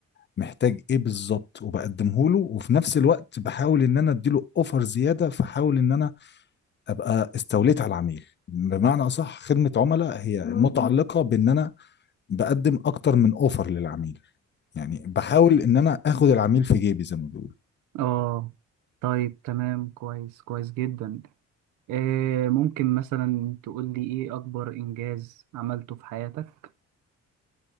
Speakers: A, on the left; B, on the right.
A: محتاج ايه بالظبط وبقدمه له وفي نفس الوقت بحاول ان انا اديله اوفر زياده فحاول ان انا ابقى استوليت على العميل بمعنى اصح خدمه عملاء هي متعلقه بان انا بقدم اكتر من اوفر للعميل يعني بحاول ان انا اخد العميل في جيبي زي ما بيقولوا
B: اه طيب تمام كويس كويس جدا آه ممكن مثلا تقول لي ايه اكبر انجاز عملته في حياتك